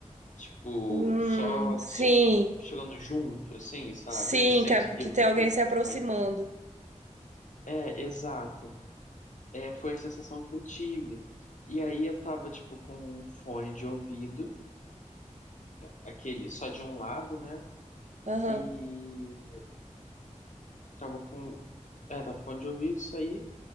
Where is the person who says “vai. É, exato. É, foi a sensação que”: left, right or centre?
Left